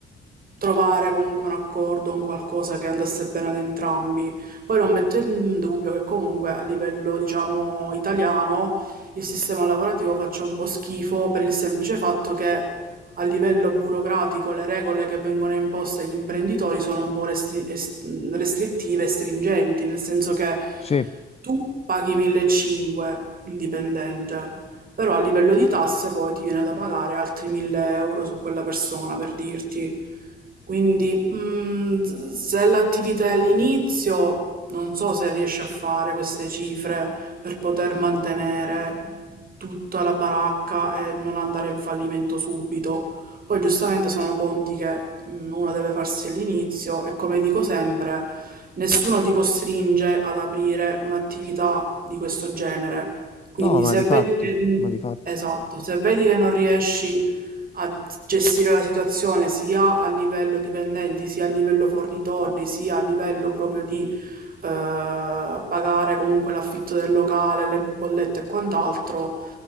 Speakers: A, on the right; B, on the left.
A: trovare comunque un accordo, un qualcosa che andasse bene ad entrambi. Poi non metto in dubbio che comunque a livello, diciamo, italiano il sistema lavorativo faccia un po' schifo per il semplice fatto che a livello burocratico le regole che vengono imposte agli imprenditori sono un po' restri- est- restrittive e stringenti, nel senso che
B: Sì.
A: tu paghi 1500 il dipendente, però a livello di tasse poi ti viene da pagare altri 1000 euro su quella persona per dirti. Quindi, mm, z- se l'attività è all'inizio, non so se riesce a fare queste cifre per poter mantenere tutta la baracca e non andare in fallimento subito. Poi, giustamente, sono conti che mm, uno deve farsi all'inizio e, come dico sempre, nessuno ti costringe ad aprire un'attività di questo genere. Quindi,
B: No, ma
A: se
B: di
A: vedi
B: fatti,
A: che,
B: ma di fatti.
A: esatto, se vedi che non riesci a gestire la situazione sia a livello dipendenti, sia a livello fornitori, sia a livello proprio di eh, pagare comunque l'affitto del locale, le bollette e quant'altro.